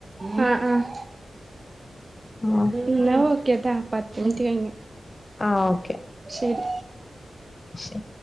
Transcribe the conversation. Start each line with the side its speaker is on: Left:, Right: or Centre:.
Right: ആഹ് ആഹ്
Left: ആഹ്
Right: എന്നാ ഓക്കേട്ടോ പത്ത് മിനറ്റ് കയിഞ്ഞ്
Left: ആഹ് ഓക്കെ
Right: ശരി
Left: ശരി